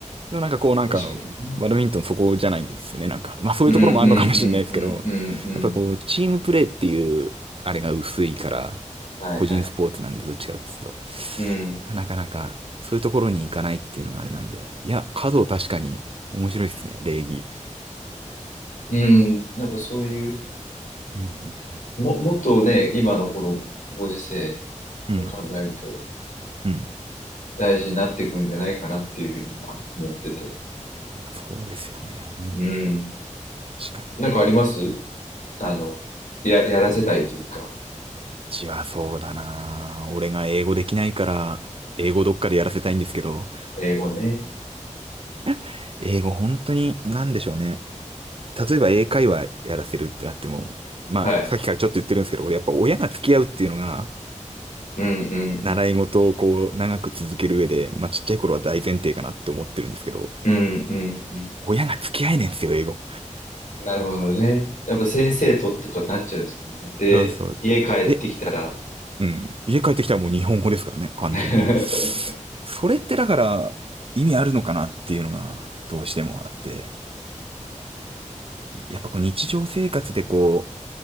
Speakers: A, on the right; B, on the left.
A: のなんかこうなんか、
B: 確かにね。
A: バドミントンそこじゃないんですよね。なんか、まあそういうところもあるのかもしれないですけど、
B: うんうんうんうんうんうん。
A: やっぱこう、チームプレーっていう、あれが薄いから、
B: はいはい。
A: 個人スポーツなんでどっちかっていうと、
B: うん。
A: なかなかそういうところに行かないっていうのがあれなんで、いや、数を確かに面白いですね、礼儀。
B: うん。なんかそういう。
A: うん
B: も、もっとね、今のこのご時世
A: うんうん、
B: が考えると
A: うん。
B: 大事になってくるんじゃないかなっていうふうにもあ思ってて。
A: まあ、そうですよね。うん
B: うん。
A: 確か
B: なんかありますあの、や、やらせたいというか、
A: に。うちはそうだな。俺が英語できないから、英語どっかでやらせたいんですけど、
B: 英語ね。
A: <laughs> 英語本当に何でしょうね。例えば英会話やらせるってなっても、まあ、
B: はい。
A: さっきからちょっと言ってるんですけど、俺やっぱ親が付き合うっていうのが、
B: うんうんうん。
A: 習い事をこう、長く続ける上で、まあちっちゃい頃は大前提かなって思ってるんですけど、
B: うんうんうん。
A: 親が付き合えねえんですよ、英語。
B: なるほどね。やっぱ先生とってことになっちゃうんですもんね。で、
A: そうそう。
B: 家帰ってきたら、
A: で、うん。家帰ってきたらもう日本語ですからね、完全に。
B: <laughs>
A: それってだから、意味あるのかなっていうのが、どうしてもあって、やっぱこう日常生活でこ